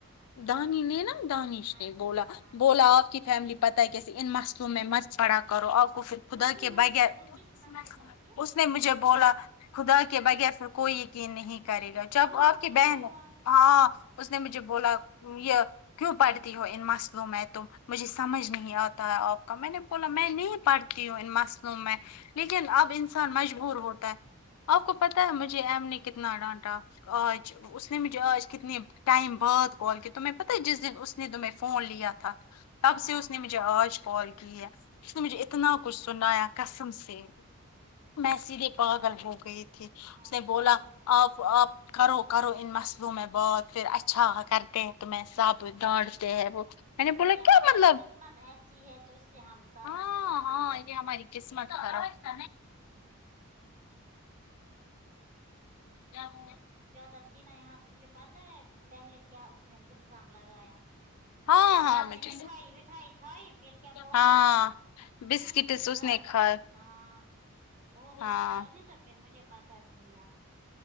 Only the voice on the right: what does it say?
اچھا
ہاں
تو کس
تو کس مستی میں تھی
ہاں
صحیح
بات
اچھا
ہاں
اچھا
ہاں
چھوڑو
ویسے
ہماری
قسمت ایسی ہے تو اس لیے ہم سب
ڈانٹتے
ہیں
زیادہ تھی نا یہاں تجھے پتا ہے پہلے کیا اس نے الزام لگایا
جب
اس
نے مٹھائی وٹھائی کھائی پھر کیا بولا
ہاں مجھے سا
ہاں بہت
کچھ کھایا اس تو پھر مجھے پکاڈ لیا